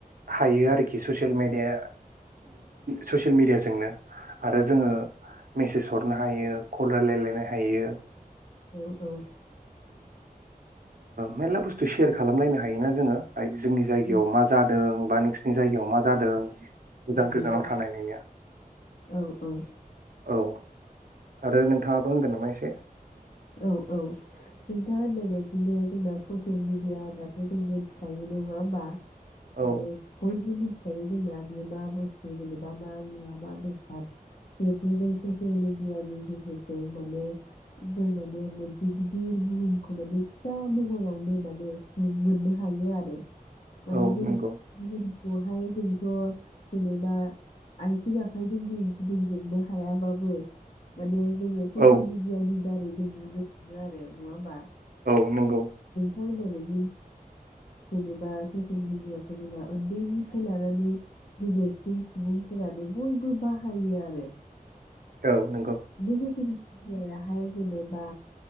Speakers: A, on the right; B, on the left.
A: हायो आरोखि ससे सेल मिडिया ससियेल मिडियाजोंनो आरो जोङो मेसेज हरनो हायो कल रायलायलायनो हायो
B: औ औ
A: मेर्ला बुस्थु सेयार खालामलायनो हायोना जोङो। जोंनि जायगायाव
B: औ
A: मा जादों बा नों जायगायाव मा जादों गोजान
B: नंगौ
A: गोजानाव थानायनिनो
B: औ औ
A: औ आरो नोंथाङाबो होनगोन नामा एसे
B: औ औ नोंथाङा होननाय बायदिनो जोंना ससियेल मिडिया होनोमबासो जों मिथिखायोन नङा होमबा
A: औ
B: बे बयबो <unintelligible> जोंना बे मा बुस्थु जेनेबा मा मुवा मा बेसाद बेथ' जों ससेयेल मेडियानि गेजेरजों माने जों माने मोनसे गिदिर बुहुमखौ माने फिसा महरावनो माने मोननो हायो आरो मानि
A: औ
B: जों
A: नंगौ
B: बेवहाय जोंथ' जेनेबा आथिं आखाइजों गिदिं गिदिंजोबनो हायाबाबो माने जोङो ससियेल
A: औ
B: मिडियानि दारै जों नुनो मोनो आरो नङा होमा?
A: नोंगौ
B: <unintelligible> बायदि जेनेबा ससिल मिडियाखौ जों उन्दैखौ लानानै गेदेरसिन सुबुंफोरानो बयबो बाहायो आरो <unintelligible>
A: औ नंगौ
B: <unintelligible> जेनेबा